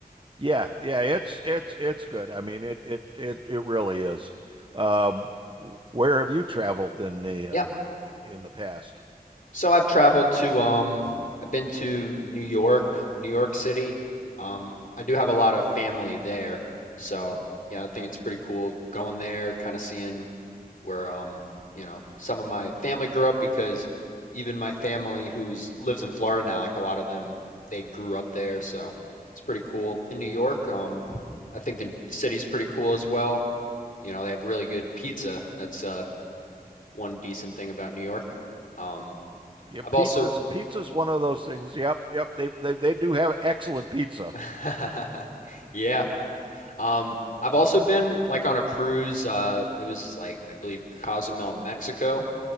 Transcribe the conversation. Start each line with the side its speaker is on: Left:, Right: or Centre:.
Right: Yeah, yeah, it's it's it's good. I mean, it it it it really is. Um, where have you traveled in the uh,
Left: Yeah.
Right: in the past?
Left: So I've traveled to um I've been to New York, New York City. Um I do have a lot of family there. So, yeah, I think it's pretty cool going there, kind of seeing where um, you know, some of my family grew up because even my family who's lives in Florida now, like a lot of them, they grew up there, so it's pretty cool. In New York, um, I think the city's pretty cool as well. You know, they have really good pizza. That's uh one decent thing about New York. Um,
Right: Yeah,
Left: I've
Right: pizza's
Left: also
Right: pizza's one of those things. Yep, yep. They they they do have excellent pizza.
Left: <laughs> yeah. Um, I've also been like on a cruise. Uh, it was like I believe Cozumel, Mexico.